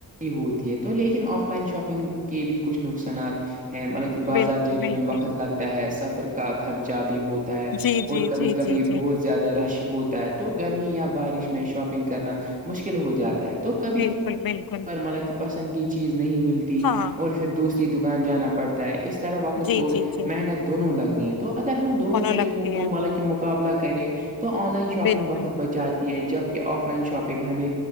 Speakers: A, on the right (about 20°); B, on the left (about 65°).
A: ہوتی ہے تو لیکن آف لائن شاپنگ کے بھی کچھ نقصانات ہیں مطلب کہ
B: بالکل
A: بازار جانے
B: بالکل
A: میں وقت لگتا ہے سفر کا خرچہ بھی ہو ہے
B: جی جی
A: اور کبھی
B: جی
A: کبھی
B: جی جی
A: بہت زیادہ رش ہوتا ہے تو گرمی یا بارش میں شاپنگ کرنا مشکل ہو جاتا ہے تو کبھی کیا
B: بکل بالکل
A: مطلب کہ پسند کی چیز نہیں ملتی
B: ہاں
A: اور پھر دوسری دکان جانا پڑتا اس طرح وقت
B: جی
A: اور
B: جی جی
A: محنت دونوں لگتی ہیں تو اگر ہم دونوں طریقوں
B: لگتے ہیں
A: کو ملبک مقابلہ کریں تو آن لائن شاپنگ
B: بالکل
A: وقت بچاتے ہے جبک آف لائن شاپنگ ہمیں